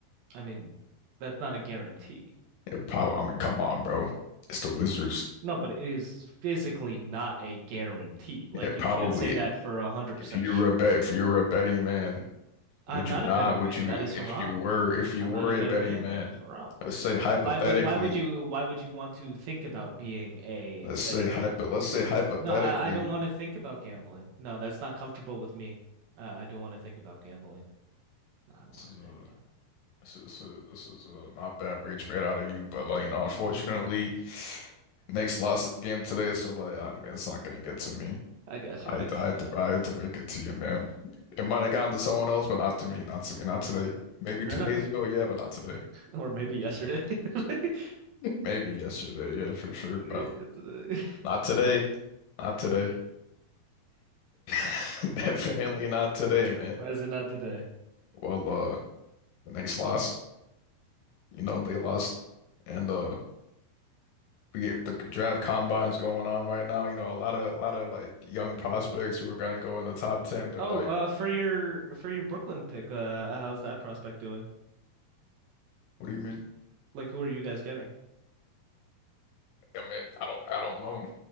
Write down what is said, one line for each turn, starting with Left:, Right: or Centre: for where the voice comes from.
Right: I mean, that's not a guarantee,
Left: It probably. I mean, come on, bro. It's the Wizards.
Right: No, but it is physically not a guarantee. Like
Left: Yeah,
Right: you
Left: probably.
Right: can't say that for a hundred
Left: If
Right: percent
Left: you
Right: sure.
Left: were a bet, if you were a betting man,
Right: I'm
Left: would
Right: not
Left: you not?
Right: a betting
Left: Would
Right: man.
Left: you?
Right: That is haram.
Left: If you were, if you
Right: I'm
Left: were
Right: not a
Left: a
Right: betting
Left: betting
Right: man.
Left: man,
Right: That is haram.
Left: let's say hypothetically.
Right: Why would why would you why would you want to think about being a
Left: Let's say
Right: betting
Left: hypo.
Right: man?
Left: Let's say hypothetically.
Right: No, I, I don't want to think about gambling. No, that's not comfortable with me. Uh, I don't want to think about gambling. No, I don't
Left: This
Right: want
Left: is
Right: to
Left: a
Right: think about.
Left: This is uh, this is uh, not bad rage bait out of you, but like you know, unfortunately, Knicks lost the game today, so like I mean, it's not gonna get to me.
Right: I got you.
Left: I
Right: I
Left: had
Right: got
Left: to, I had
Right: you.
Left: to I had to break it to you, man. It might have gotten to someone else, but not to me, not to me, not today. Maybe
Right: Fair
Left: two
Right: enough.
Left: days ago,
Right: <laughs>
Left: yeah, but not today.
Right: Or maybe yesterday. <laughs>
Left: Maybe yesterday, yeah, for sure, but
Right: Yesterday.
Left: not today, not today. <laughs> Definitely not today, man.
Right: Why is it not today?
Left: Well, uh, the Knicks lost. You know, they lost, and uh. we get the draft combines going on right now. You know, a lot of a lot of like young prospects who are gonna go in the top ten. They're
Right: Oh,
Left: like,
Right: uh, for your for your Brooklyn pick, uh, how's that prospect doing?
Left: "What do you mean?"
Right: Like, who are you guys getting?
Left: I mean, I don't, I don't know.